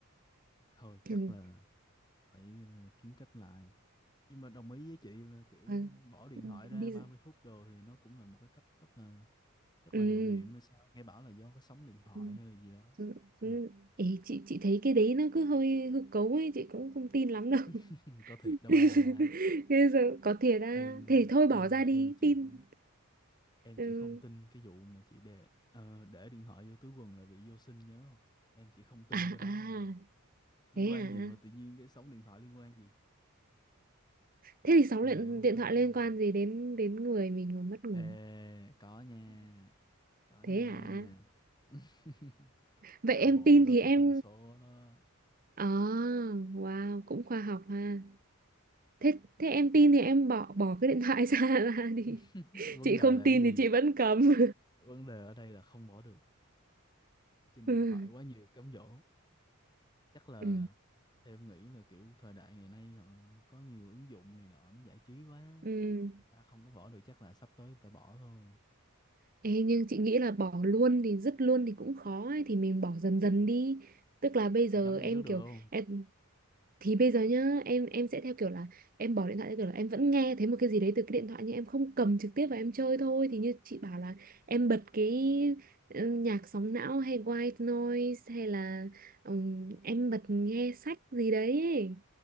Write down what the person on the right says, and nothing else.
<clears throat> ừ,
à,
đi,
ừ,
ừ,
ừ.
ừ. Ê, chị chị thấy cái đấy nó cứ hơi hư cấu ấy, chị cũng không tin lắm đâu.
<laughs>
Bây giờ có thiệt à,
thì thôi
bỏ ra
đi,
tin.
Ừ.
À,
à,
thế
à.
Thế thì sóng
điện
điện
thoại
liên
quan gì đến đến người mình mà mất ngủ?
Thế hả?
Vậy
em
tin
thì
em
À, wow, cũng khoa học ha. Thế thế em tin thì em bỏ bỏ cái điện thoại ra <laughs> ra đi.
Chị
không
tin
thì chị vẫn cầm. <laughs>
Ừ.
Ừ.
Ừ.
Ê, nhưng chị nghĩ là bỏ luôn thì dứt luôn thì cũng khó ấy, thì mình bỏ dần dần đi. Tức là bây giờ
em
kiểu
em thì bây giờ nhá em em sẽ theo kiểu là em bỏ điện thoại theo kiểu là em vẫn nghe thấy một cái gì đấy từ cái điện thoại nhưng em không cầm trực tiếp và em chơi thôi thì như chị bảo là em bật cái ừ, nhạc sóng não hay white noise hay là ừm, em bật nghe sách gì đấy ấy,